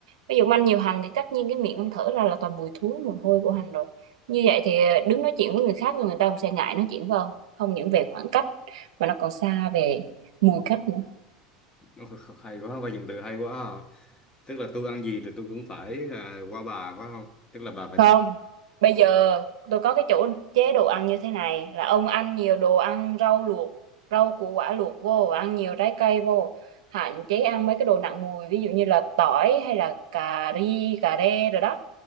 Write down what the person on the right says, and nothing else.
ví dụ ông ăn nhiều hành thì tất nhiên cái miệng ông thở ra là toàn mùi thúi mùi hôi của hành rồi như vậy thì đứng nói chuyện với người khác rồi người ta cũng sẽ ngại nói chuyện với ông không những về khoảng cách mà nó còn xa về mùi cách nữa
không Bây giờ tôi có cái chỗ chế độ ăn như thế này là ông ăn nhiều đồ ăn rau luộc, rau củ quả luộc vô, ăn nhiều trái cây vô. Hạn chế ăn mấy cái đồ nặng mùi ví dụ như là tỏi hay là cà ri, cà rê rồi đó.